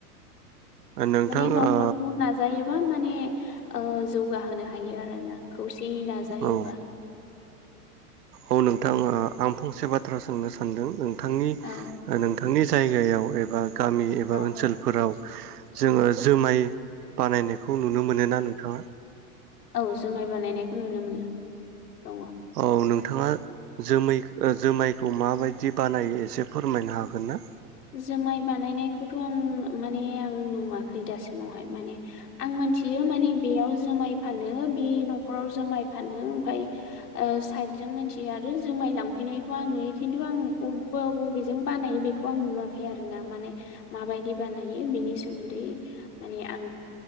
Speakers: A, on the right; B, on the left.
A: नोंथां
B: माने
A: ओ
B: न'खरखौ नाजायो माने ओ जौगाहोनो हायो आरोना खौसेयै नाजायोबा।
A: औ औ नोंथाङा आं फंसे बाथ्रा सोंनो सानदों? नोंथांनि
B: औ
A: नोंथां नि जायगायाव एबा गामि एबा
B: औ
A: ओनसोलफोराव जोङो जुमाय बानायनायखौ नुनो मोनोना नोंथाङा?
B: औ जुमाय बानायनायखौ नुनो मोनो दङ।
A: औ नोंथाङा जोमै जोमायखौ माबायदि बानायो एसे फोरमायनो हागोन ना?
B: जुमाय बानायनाय खौथ' आं माने आं नुवाखै दासिमाव। माने आं मोनथियो माने बेयाव जोमाइ फानो बे न'खराव जोमाइ फानो ओमफ्राय ओ साइटजों मिथियो आरो जोमाइ लांफैनायखौ आं नुयो खिथु बबेजों बानायो बेखौ खौ आं नुवाखै आरोना माने माबायदि बानायो बिनि सोमोन्दै माने आं